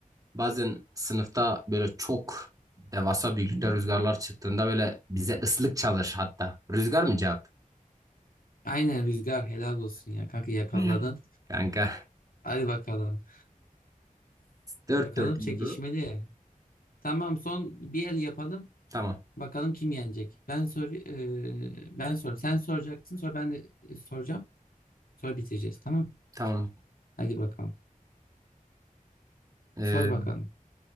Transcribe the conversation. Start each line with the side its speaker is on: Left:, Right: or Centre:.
Right: bazen sınıfta böyle çok devasa büyüklükte rüzgarlar çıktığında böyle bize ıslık çalır hatta. Rüzgar mı cevap?
Left: Aynen rüzgar helal olsun ya kanka yakaladın.
Right: <laughs> Kanka.
Left: Hadi bakalım.
Right: Dört
Left: Bakalım
Right: dört
Left: çekişmeli.
Right: oldu.
Left: Tamam son bir el yapalım.
Right: Tamam.
Left: Bakalım kim yenecek. Ben sor e, ben sor. Sen soracaksın sonra ben de e, soracağım. Sonra bitireceğiz tamam.
Right: Tamam.
Left: Hadi bakalım.
Right: Ee,
Left: Sor bakalım.